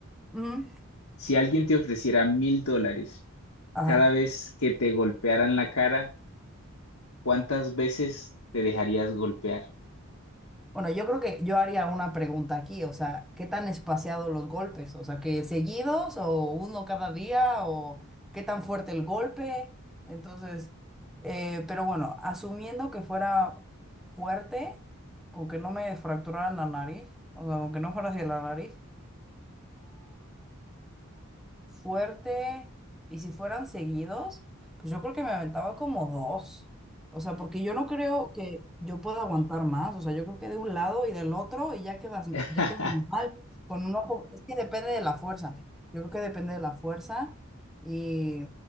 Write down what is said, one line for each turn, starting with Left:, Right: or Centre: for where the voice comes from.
Centre: Ujú.
Left: si alguien te ofreciera mil dólares
Centre: Ajá.
Left: cada vez que te golpearan la cara, ¿cuántas veces te dejarías golpear?
Centre: Bueno, yo creo que yo haría una pregunta aquí, o sea, ¿qué tan espaciados los golpes? O sea, ¿que seguidos o uno cada día o qué tan fuerte el golpe? Entonces, eh, pero bueno, asumiendo que fuera fuerte, con que no me fracturara la nariz, o sea, con que no fuera hacia la nariz, fuerte y si fueran seguidos, pues yo creo que me aventaba como dos. O sea, porque yo no creo que yo pueda aguantar más. O sea, yo creo que de un lado y del otro y ya quedas,
Left: <laughs>
Centre: ya quedas mal con un ojo. Es que depende de la fuerza. Yo creo que depende de la fuerza y,